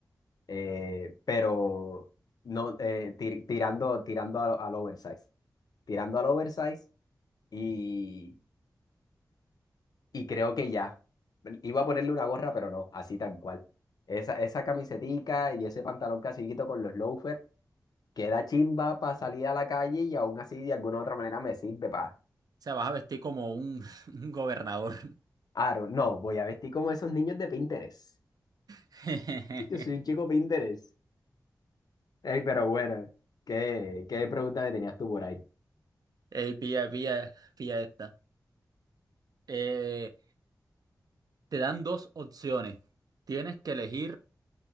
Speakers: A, on the left; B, on the right.
A: eh, pero no, eh, tir- tirando, tirando al, al oversize, tirando al oversize y, y creo que ya. Iba a ponerle una gorra, pero no, así tan cual. Esa, esa camisetica y ese pantalón casiguito con los loafers queda chimba para salir a la calle y aún así de alguna u otra manera me sirve para...
B: O sea, vas a vestir como un, <laughs> un gobernador.
A: Aro, no, voy a vestir como esos niños de Pinterest.
B: <laughs>
A: <laughs> Yo soy un chico Pinterest. Ey, pero bueno, ¿qué, qué pregunta me tenías tú por ahí?
B: Ey, pilla, pilla, pilla esta. Eh, te dan dos opciones. Tienes que elegir